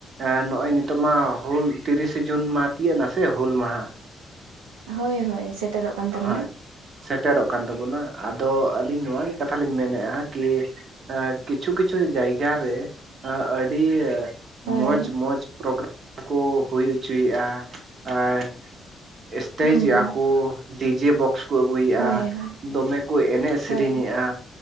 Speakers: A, on the right; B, on the right.
A: ᱮᱸ ᱱᱚᱜᱼᱚᱭ ᱱᱤᱛᱚᱜ ᱢᱟ ᱦᱩᱞ ᱛᱤᱨᱤᱥᱮ ᱡᱩᱱ ᱢᱟᱦᱟ ᱛᱤᱭᱟᱹᱜ ᱱᱟᱥᱮ ᱦᱩᱞ ᱢᱟᱦᱟ᱾
B: ᱦᱳᱭ ᱦᱳᱭ ᱥᱮᱴᱮᱨᱚᱜ ᱠᱟᱱ ᱛᱟᱵᱚᱱᱟ
A: ᱦᱳᱭ ᱥᱮᱴᱮᱨᱚᱜ ᱠᱟᱱ ᱛᱟᱵᱚᱱᱟ᱾ ᱟᱫᱚ ᱟᱹᱞᱤᱧ ᱱᱚᱣᱟ ᱜᱮ ᱠᱟᱛᱷᱟ ᱞᱤᱧ ᱢᱮᱱᱮᱫᱼᱟ, ᱠᱤ ᱮ ᱠᱤᱪᱷᱩ ᱠᱤᱪᱷᱩ ᱡᱟᱭᱜᱟ ᱨᱮ ᱟ ᱟᱹᱰᱤ
B: ᱦᱳᱭ
A: ᱢᱚᱸᱡᱽ ᱢᱚᱸᱡᱽ ᱯᱨᱳᱜᱨᱟᱢ ᱠᱚ ᱦᱩᱭ ᱦᱚᱪᱚᱭᱮᱜᱼᱟ ᱟᱨ ᱮᱥᱴᱮᱡᱮᱜ
B: ᱦᱩᱸ ᱦᱩᱸ
A: ᱟᱠᱚ᱾ ᱰᱤᱡᱮ ᱵᱚᱠᱥ ᱠᱚ ᱟᱹᱜᱩᱭᱮᱜᱼᱟ,
B: ᱦᱳᱭ ᱦᱳᱭ
A: ᱫᱚᱢᱮ ᱠᱚ ᱮᱱᱮᱡ ᱥᱮᱨᱮᱧᱮᱜᱼᱟ᱾
B: ᱦᱳᱭ